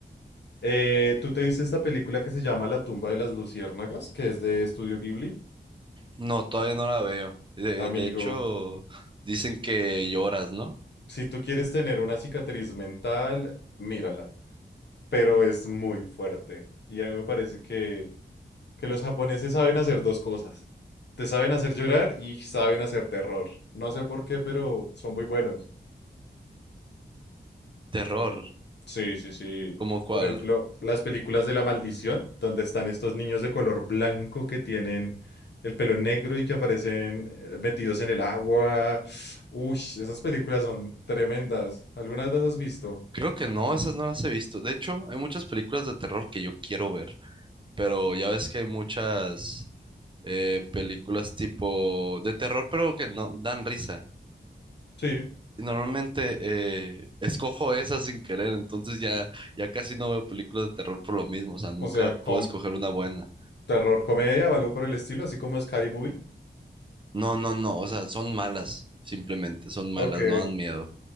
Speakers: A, on the left; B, on the right.
A: eh, ¿tú te viste esta película que se llama La tumba de las luciérnagas, que es de Estudio Ghibli?
B: No, todavía no la veo. De,
A: Amigo,
B: de hecho, dicen que lloras, ¿no?
A: si tú quieres tener una cicatriz mental, mírala, pero es muy fuerte. Y a mí me parece que, que los japoneses saben hacer dos cosas. Te saben hacer llorar y saben hacer terror. No sé por qué, pero son muy buenos.
B: Terror,
A: Sí, sí, sí.
B: ¿cómo cuál?
A: Por ejemplo, las películas de la maldición, donde están estos niños de color blanco que tienen el pelo negro y que aparecen eh, metidos en el agua. Uy, esas películas son tremendas. ¿Algunas las has visto?
B: Creo que no, esas no las he visto. De hecho, hay muchas películas de terror que yo quiero ver, pero ya ves que hay muchas eh, películas tipo de terror, pero que no dan risa.
A: Sí.
B: Y normalmente eh, escojo esas sin querer, entonces ya, ya casi no veo películas de terror por lo mismo, o sea, nunca
A: O sea,
B: puedo
A: con
B: escoger una buena.
A: terror comedia o algo por el estilo, así como Scary Movie.
B: No, no, no, o sea, son malas, simplemente, son
A: Ok.
B: malas, no dan miedo.